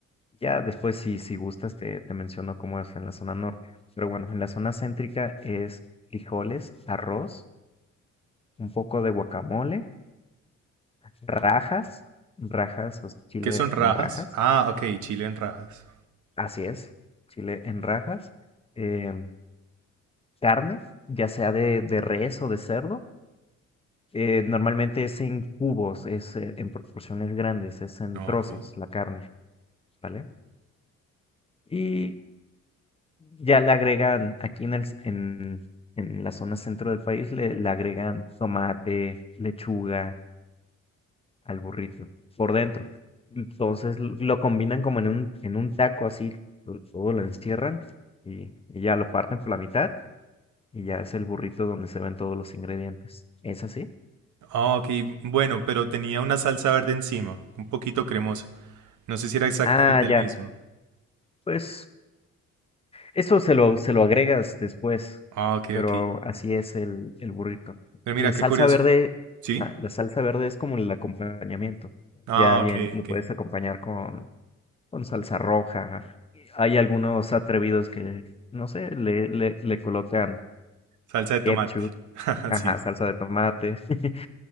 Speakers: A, on the left; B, on the right.
A: Ya después, si, si gustas, te, te menciono cómo es en la zona norte. Pero bueno, en la zona céntrica es frijoles, arroz, un poco de guacamole, rajas, rajas, o sea, chile
B: ¿Qué son rajas?
A: en rajas,
B: Ah, ok, chile en rajas.
A: así es, chile en rajas, em, carne, ya sea de, de res o de cerdo. eh, normalmente es en cubos, es eh, en proporciones grandes, es en
B: No,
A: trozos
B: Ok.
A: la carne, ¿vale? Y Ya le agregan, aquí en el, c- en, en la zona centro del país, le, le agregan tomate, lechuga al burrito por dentro. Entonces l- lo combinan como en un, en un taco así, to- todo lo encierran y, y ya lo parten por la mitad y ya es el burrito donde se ven todos los ingredientes. ¿Es así?
B: Ah, ok, bueno, pero tenía una salsa verde encima, un poquito cremosa. No sé si era exactamente
A: Ah,
B: el
A: ya.
B: mismo.
A: Pues Eso se lo, se lo agregas después,
B: Ah, ok,
A: pero
B: ok.
A: así es el, el burrito.
B: Pero mira,
A: La salsa
B: qué curioso.
A: verde,
B: ¿Sí?
A: ah, la salsa verde es como el acompañamiento.
B: Ah,
A: Ya bien,
B: ok,
A: lo
B: ok.
A: puedes acompañar con, con salsa roja. Hay algunos atrevidos que, no sé, le, le, le colocan
B: Salsa de tomate.
A: ketchup,
B: <laughs>
A: ajá,
B: Sí,
A: salsa de tomate. <laughs>